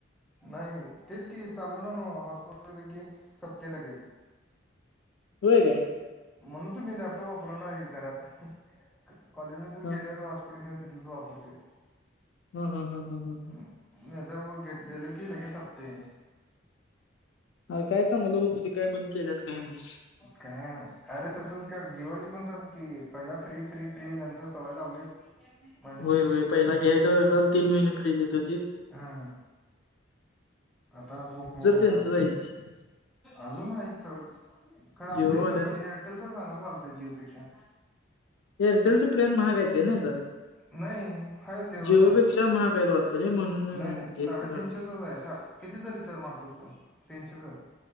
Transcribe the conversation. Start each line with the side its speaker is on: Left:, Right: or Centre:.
Centre: नाही. तेच की, चालना नव्ह, हॉटस्पाॅट दिल की, संपतंय लगेच. <inaudible>
Left: होय काय?
Centre: म्हणून तर मी लॅपटॉप वापरना <inaudible> घरात कॉलेजमध्येच
Left: हा
Centre: गेल्यावर हॉस्पॉट घेऊन तिथलंच वापरतोय.
Left: हम्म -हम्म- हम्म -हम्म -हम्म
Centre: हम्म! नाही तर व गे दिल की लगेच संपतंय.
Left: अ काय चांगलं होतं ते काय बंद केल्यात काय माहित.
Centre: काय म, अरे तसच कर जिओ वाली पण तसच की पहिला फ्री फ्री फ्री नंतर सवय लावलीत <unintelligible>
Left: व्हय व्हय पहिला घ्यायचच्या वक्ताला तीन महिने फ्री देत होती.
Centre: हा आता <inaudible>
Left: त्यांचंच
Centre: कर
Left: आहेत की
Centre: अजून आहेत सोड, खरं आपली
Left: जिओवाल्यांचं.
Centre: इथं एर <inaudible> एअरटेलच चांगल चालतय जीओ पेक्षा.
Left: एअरटेलच प्लॅन महाग हेत की नयी जरा
Centre: नाही हाय तेवढंच
Left: जिओपेक्षा
Centre: आहे की,
Left: महाग आहेत वाटतं रे म्हणून
Centre: नाही नाही
Left: घेत
Centre: साडेतीनशेच
Left: वाटतं.
Centre: आहे, साडे कितीच रिचार्ज मारतोस तु?, तीनशेचा